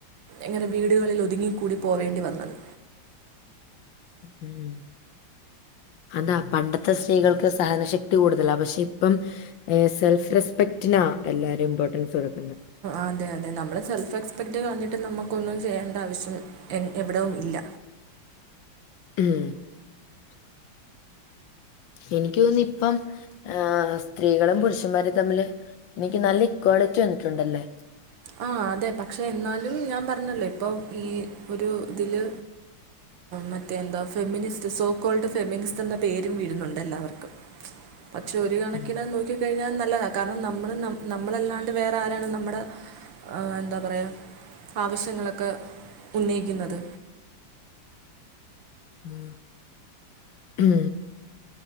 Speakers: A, on the right; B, on the left.
A: ഇങ്ങനെ വീടുകളിൽ ഒതുങ്ങിക്കൂടി പോവേണ്ടി വന്നത്.
B: ഉം അതാ പണ്ടത്തെ സ്ത്രീകൾക്ക് സഹന ശക്തി കൂടുതലാ പക്ഷെ ഇപ്പം സെൽഫ് റെസ്പെക്റ്റിനാ എല്ലാരും ഇമ്പോർട്ടൻസ് കൊടുക്കു
A: അതെ അതെ നമ്മള് സെൽഫ് റെസ്പെക്ട് കളഞ്ഞിട്ട് നമ്മു ക്ക്‌ ഒന്നും ചെയ്യേണ്ട ആവശ്യം എ എവിടവും ഇല്ല
B: ഉം എനിക്ക്‌ തോന്നുന്നു ഇപ്പം ആ സ്ത്രീകളും പുരുഷന്മാരും തമ്മില് എനിക്ക് നല്ല ഇക്വാലിറ്റി വന്നിട്ടുണ്ടല്ലേ
A: ആ അതെ പക്ഷെ എന്നാലും ഞാൻ പറഞ്ഞല്ലോ ഇപ്പൊ ഈ ഒരു ഇതില് മറ്റേ എന്താ ഫെമിനിസ്റ്റ് സോ കോൾഡ് ഫെമിനിസ്റ്റ് എന്ന പേരും വീഴുന്നുണ്ട് എല്ലാവർക്കും പക്ഷെ ഒരു കണക്കിന്
B: ഉം
A: നോക്കി കഴിഞ്ഞാൽ ന ല്ലതാ കാരണം നമ്മൾ നമ്മളല്ലാണ്ട് വേറെ ആരാണ് നമ്മടെ ആ എന്താ പറയാ ആവശ്യങ്ങളൊക്കെ ഉന്നയിക്കുന്നത്
B: ആ ഉം